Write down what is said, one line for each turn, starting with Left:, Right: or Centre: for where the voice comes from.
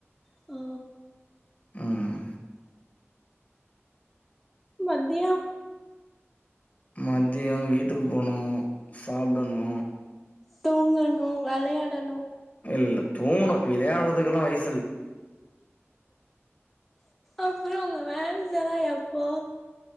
Centre: ஓ
Left: ம்
Centre: மத்தியம்
Left: மத்தியோ வீட்டுக்கு போனு சாப்டணு
Centre: தூங்கணு வெளையாடனு
Left: இல்லத் தூங்குணு விளையாட்றதுகுலா வயிச்
Centre: அப்றோ உங்க மேரேஜெலா எப்போ